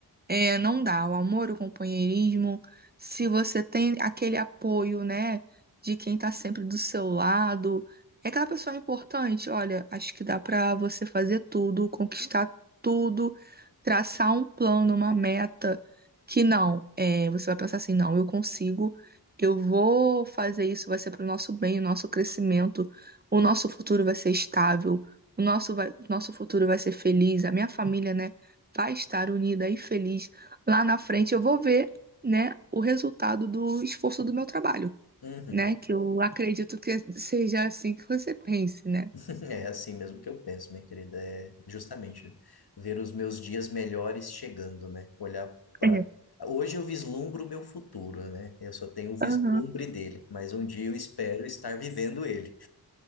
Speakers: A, on the right; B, on the left.
A: é, não dá. O amor, o companheirismo, se você tem aquele apoio, né, de quem tá sempre do seu lado, é aquela pessoa importante. Olha, acho que dá pra você fazer tudo, conquistar tudo, traçar um plano, uma meta que não, é, você vai pensar assim, não, eu consigo, eu vou fazer isso, vai ser pro nosso bem, o nosso crescimento, o nosso futuro vai ser estável, o nosso vai- nosso futuro vai ser feliz, a minha família, né? vai estar unida e feliz lá na frente. Eu vou ver, né, o resultado do esforço do meu trabalho,
B: Uhum.
A: né? Que eu acredito que seja assim que você pense, né?
B: <laughs> É assim mesmo que eu penso, minha querida. É justamente ver os meus dias melhores chegando, né? Olhar para.
A: É,
B: Hoje eu vislumbro o meu futuro, né? Eu só tenho o vislumbre
A: aham.
B: dele, mas um dia eu espero estar vivendo ele.